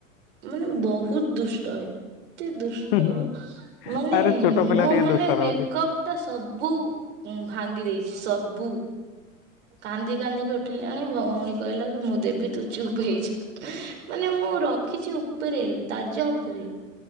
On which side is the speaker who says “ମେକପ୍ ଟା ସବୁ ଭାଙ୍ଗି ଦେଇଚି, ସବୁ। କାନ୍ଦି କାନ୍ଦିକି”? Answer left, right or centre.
Right